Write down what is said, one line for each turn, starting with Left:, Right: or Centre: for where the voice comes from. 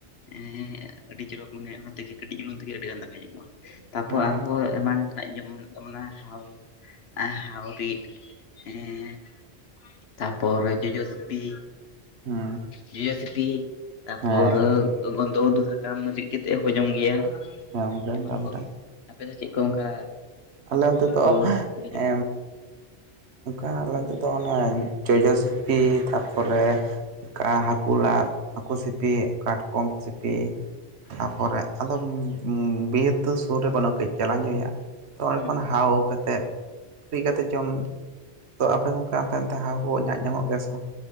Left: ᱦᱮᱸ ᱟᱹᱰᱤ ᱪᱚᱨᱚᱠ ᱢᱟᱱᱮ ᱚᱱᱟ ᱛᱮᱜᱮ ᱠᱟᱹᱴᱤᱡ ᱡᱩᱞᱩᱝ ᱛᱮᱜᱮ ᱟᱹᱰᱤ ᱜᱟᱱ ᱫᱟᱠᱟᱭ ᱧᱟᱢᱚᱜᱼᱟ᱾ ᱛᱟᱯᱚᱨ
Right: ᱦᱮᱸ
Left: ᱟᱨᱦᱚᱸ ᱮᱢᱟᱱᱟᱜ ᱡᱚᱢᱼᱧᱩᱼᱼ <inaudible> ᱢᱟᱱᱮ ᱦᱟᱣ ᱮᱸ ᱦᱟᱣᱨᱤᱴ ᱮᱸᱻ ᱛᱟᱯᱚᱨ ᱡᱚᱡᱚ ᱥᱤᱯᱤ
Right: ᱦᱮᱸ
Left: ᱡᱚᱡᱚ ᱥᱤᱯᱤ ᱛᱟᱨᱯᱚᱨ
Right: ᱦᱮᱸ
Left: ᱜᱚᱱᱫᱷᱚ ᱩᱛᱩ ᱥᱟᱠᱟᱢ ᱨᱤᱫ ᱠᱟᱛᱮᱜ ᱦᱚᱸᱠᱚ ᱡᱚᱢ ᱜᱮᱭᱟ᱾
Right: ᱦᱮᱸ ᱜᱚᱝᱠᱮ
Left: ᱮᱢᱚᱱ
Right: ᱛᱟᱯᱚᱨᱮ
Left: ᱠᱚ ᱟᱯᱮ ᱫᱚ ᱪᱮᱫ ᱠᱚ ᱚᱱᱠᱟ
Right: ᱟᱞᱮ ᱚᱱᱚᱛᱮ ᱫᱚ
Left: ᱠᱚ ᱠᱚᱯᱮ ᱡᱚᱢᱟ
Right: ᱮ ᱚᱱᱠᱟ ᱟᱞᱮ ᱛᱮᱫᱚ ᱚᱱᱮ ᱡᱚᱡᱚ ᱥᱤᱯᱤ ᱛᱟᱨᱯᱚᱨᱮ ᱚᱱᱠᱟ ᱦᱟᱠᱩ ᱞᱟᱫ ᱦᱟᱹᱠᱩ ᱥᱤᱯᱤ ᱠᱟᱴᱠᱚᱢ ᱥᱤᱯᱤ ᱛᱟᱯᱚᱨᱮ ᱟᱫᱚ ᱵᱤᱨ ᱫᱚ ᱥᱩᱨ ᱨᱮ ᱵᱟᱹᱱᱩᱜ ᱠᱟᱹᱡ ᱪᱟᱞᱟᱣ ᱧᱚᱜ ᱦᱩᱭᱩᱜᱟ᱾ ᱛᱚ ᱚᱸᱰᱮ
Left: ᱦᱩᱸ
Right: ᱠᱷᱚᱱ ᱦᱟᱣ ᱟᱹᱜᱩ ᱠᱟᱛᱮ, ᱥᱤᱯᱤ ᱠᱟᱛᱮ ᱡᱚᱢ ᱛᱚ ᱟᱯᱮ ᱜᱚᱝᱠᱮ ᱦᱟᱱᱛᱮ ᱱᱟᱱᱛᱮ ᱦᱟᱣᱟ ᱠᱚ ᱧᱟᱜ ᱧᱟᱢᱚᱜ ᱜᱮᱭᱟ ᱥᱮ ᱵᱟᱝ